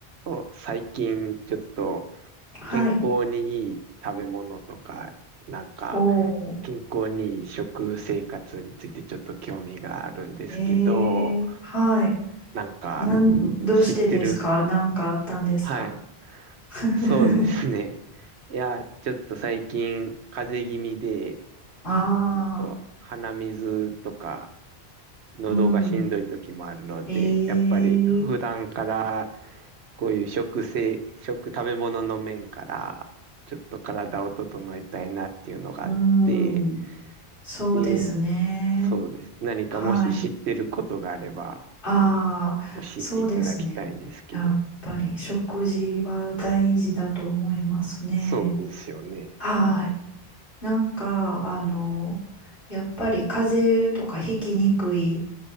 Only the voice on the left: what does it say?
はい。
おー。
えー、はい。
なん、どうしてですかなんかあったんですか
<laughs>
ああ、
うん。えー、
うん。そうですね。
はい。ああ、
そうですね。やっぱり食事は大事だと思いますね。
はい。なんか、あの、やっぱり風邪とかひきにくい